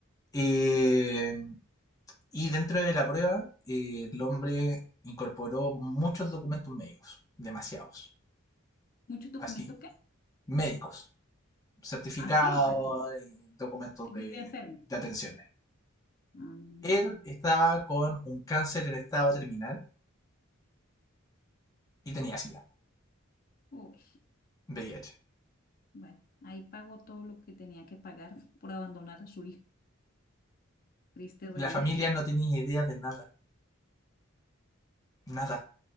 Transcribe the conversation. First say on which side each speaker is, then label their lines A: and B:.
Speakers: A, on the left (about 15°); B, on the left (about 45°).
A: Eh, y dentro de la prueba, eh, el hombre incorporó muchos documentos médicos, demasiados,
B: ¿Muchos documentos
A: así,
B: qué?
A: médicos. certificados
B: Ah, sí, o sea, que,
A: y documentos
B: que
A: de,
B: vive enfermo.
A: de atenciones.
B: Mm,
A: Él estaba con un cáncer en estado terminal y tenía SIDA,
B: uy,
A: V I H.
B: bueno, ahí pagó todo lo que tenía que pagar por abandonar a su hija. Triste realidad.
A: La familia
B: <laughs>
A: no tenía idea de nada, nada,